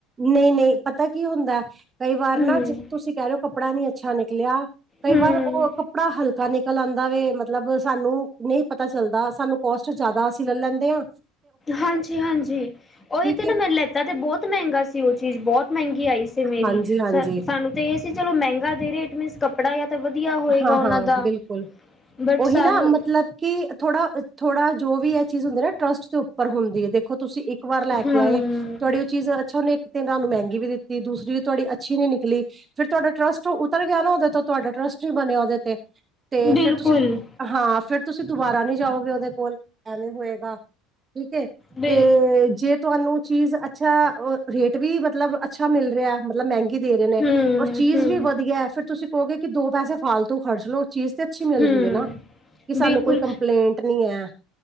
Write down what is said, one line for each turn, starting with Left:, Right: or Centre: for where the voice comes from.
Right: ਨ‌ਈਂ-ਨ‌ਈਂ, ਪਤਾ ਕੀ ਹੁੰਦਾ ਕਈ ਵਾਰ
Left: ਹਮ
Right: ਨਾ, ਜ ਤੁਸੀਂ ਕਹਿ ਰ‌ੇ ਓ ਕੱਪੜਾ ਨੀ ਅੱਛਾ ਨਿਕਲਿਆ। ਕਈ
Left: ਹਮ
Right: ਵਾਰ ਹੋਰ ਕਪ ਪੜਾ ਹਲਕਾ ਨਿਕਲ ਆਂਦਾ ਵੇ ਮਤਲਬ ਸਾਨੂੰ ਨ‌ਈਂ ਪਤਾ ਚੱਲਦਾ, ਸਾਨੂੰ ਕੋਸਟ ਜਿਆਦਾ ਅਸੀਂ ਲੈ ਲੈਂਦੇ ਆ।
Left: ਹਾਂਜੀ-ਹਾਂਜੀ, ਓਹੀ ਤੇ ਨਾ
Right: ਹੈ
Left: ਮੈਂ ਲੈਤਾ ਤੇ ਬਹੁਤ ਮਹਿੰਗਾ ਸੀ ਓਹ ਚੀਜ਼, ਬਹੁਤ ਮਹਿੰਗੀ ਆਈ ਸੀ। ਤੇ ਮੇਰੀ,
Right: ਹਾਂਜੀ-ਹਾਂਜੀ,
Left: ਸਾਨੂੰ ਤੇ ਇਹ ਸੀ ਚਲੋ ਮਹਿੰਗਾ ਦੇ ਰੇ, ਇਟ ਮੀਨਸ ਕਪ ਕਪੜਾ ਯਾ ਤੇ ਵਧੀਆ ਹੋਏਗਾ
Right: ਹਾਂ-ਹਾਂ
Left: ਓਹਨਾਂ ਦਾ।
Right: ਬਿਲਕੁਲ।
Left: ਬਟ
Right: ਉਹੀ
Left: ਸਾਨੂੰ
Right: ਨਾ ਮਤਲਬ ਕਿ ਥੋੜਾ-ਥੋੜਾ ਜੋ ਵੀ ਇਹ ਚੀਜ਼ ਹੁੰਦੀ ਏ ਨਾ, ਟਰੱਸਟ ਦੇ ਉੱਪਰ ਹੁੰਦੀ ਐ ਦੇਖੋ ਤੁਸੀਂ ਇੱਕ ਇੱਕ ਵਾਰ ਲੈ
Left: ਹਮ
Right: ਕੇ ਆਏ, ਤਵਾਡੀ ਓਹ ਚੀਜ਼ ਅੱਛਾ, ਓਹਨੇ ਇੱਕ ਤੇ ਤੁਹਾਨੂੰ ਮਹਿੰਗੀ ਵੀ ਦਿੱਤੀ ਦੂਸਰੀ ਵੀ ਤੁਹਾਡੀ ਅੱਛੀ ਨੀ ਨਿਕਲੀ। ਫਿਰ ਤੁਹਾਡਾ ਟਰੱਸਟ ਉਤਰ ਗਿਆ ਨਾ ਓਹਦੇ ਤੋਂ ਤੁਹਾਡਾ ਟਰੱਸਟ ਨੀ ਬਨੇਆ ਓਹਦੇ ਤੇ। ਤੇ
Left: ਬਿਲਕੁਲ
Right: ਫੇਰ ਤੁਸੀਂ ਹਾਂ ਫਿਰ ਤੁਸੀਂ ਦੁਬਾਰਾ ਨਹੀਂ ਜਾਓਗੇ ਉਹਦੇ ਕੋਲ, ਐਵੇਂ ਹੋਏਗਾ ਠੀਕ ਹੈ
Left: ਬਿਲ
Right: ਤੇ ਜੇ ਤੁਹਾਨੂੰ ਚੀਜ਼ ਅੱਛਾ ਰੇਟ ਵੀ ਮਤਲਬ ਅੱਛਾ ਮਿਲ ਰਿਹਾ। ਮਤਲਬ ਮਹਿੰਗੀ ਦੇ ਰਹੇ ਨੇ
Left: ਹਮ
Right: ਔਰ ਚੀਜ਼
Left: ਹਮ
Right: ਵੀ ਵਧੀਆ ਫੇਰ ਤੁਸੀਂ ਕਹੋਗੇ ਕਿ ਦੋ ਪੈਸੇ ਫਾਲਤੂ ਖਰਚ ਲੋਓ ਚੀਜ਼- ਤੇ ਅੱਛੀ ਮਿਲ
Left: ਹੂੰ
Right: ਰਹੀ ਹੈ ਨਾ ਕਿ ਸਾਨੂੰ
Left: ਬਿਲਕੁਲ
Right: ਕੋਈ ਕੰਪਲੇਂਟ ਨਹੀ ਹੈ।